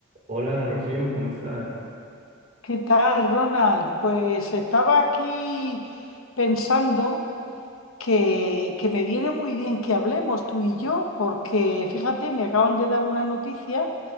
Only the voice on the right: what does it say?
Hola Rocío, ¿cómo estás?